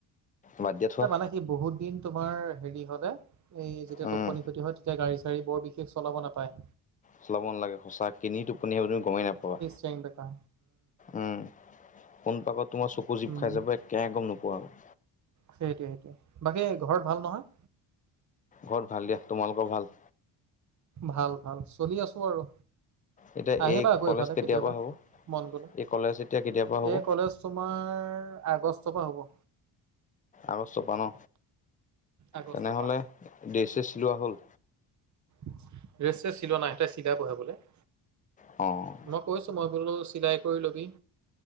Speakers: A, on the left; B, on the right.
A: বাদ দিয়া থোৱা।
B: এই মানে বহুত দিন তোমাৰ হেৰি হ'লে এই যেতিয়া
A: উম
B: টোপনি ক্ষতি হয় তেতিয়া গাড়ী চাৰী বৰ দি চলাব নাপায়।
A: চলাব নালাগে সঁচা কিনি টোপনি তুমি গমেই নাপাবা।
B: ষ্টেং বেঁকা
A: উম, কোন পাকত তোমাৰ চকু জীপ
B: উম
A: খাই যাব একেহে গম নোপোৱা আৰু।
B: সেইটোৱে সেইটোৱে বাকী ঘৰত ভাল নহয়?
A: ঘৰত ভাল দিয়া। তোমালোকৰ ভাল?
B: ভাল ভাল চলি আছো আৰু।
A: এতিয়া
B: আহিবা
A: এই
B: আকৌ
A: কলেজ
B: ইফালে
A: কেতিয়াৰ
B: কেতিয়াবা
A: পৰা হ'ব
B: মন গ'লে,
A: এই কলেজ এতিয়া কেতিয়াৰ পৰা হ'ব
B: এ কলেজ তোমাৰ আগষ্টৰ পা হ'ব।
A: আগষ্টৰ পা ন,
B: আগষ্টৰ
A: তেনেহ'লে
B: পৰা
A: ড্ৰেছ চেছ চিলোৱা হ'ল?
B: ড্ৰেছ চ্ৰেচ চিলোৱা নাই এতিয়া চিলাবহে বোলে।
A: অ',
B: মই কৈছোঁ মই বোলো চিলাই কৰি লবি।